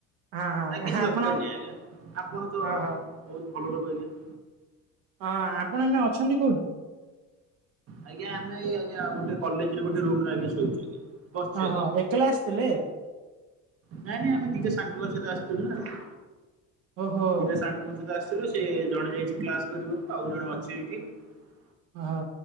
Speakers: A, on the right (about 75°); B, on the right (about 45°).
A: ହଁ ହଁ
B: ନାଇ କିଛି
A: ଆପଣ
B: ଦରକାର ନାହିଁ ଆଜ୍ଞା ଆପଣ ତ
A: ଓହୋ
B: ବହୁତ ଭଲ ଲୋକ ଆଜ୍ଞା ।
A: ହଁ ଆପଣ ଏଇନା ଅଛନ୍ତି ।
B: ଆଜ୍ଞା ଆମେ ଆଜ୍ଞା ଗୋଟେ କଲେଜରେ ଗୋଟେ ରୁମ୍ ରେ ଆଜ୍ଞା ଶୋଇଛୁ ଆଜ୍ଞା। ବସିଛୁ
A: ଓହୋ
B: ଆଜ୍ଞା।
A: ଏକେଲା ଆସିଥିଲେ?
B: ନାଇଁ ନାଇଁ ଆମେ ଦିଟା ସାଙ୍ଗ ସହିତ ଆସିୁଥିଲୁ ନା
A: ଓହୋ
B: ଦିଟା ସାଙ୍ଗଙ୍କ ସହିତ ଆସ ସେ ଜଣେ ଯାଇଛି କ୍ଲାସ କରିବାକୁ ଆଉ ଜଣେ ଅଛି ଏଠି ।
A: ଓହ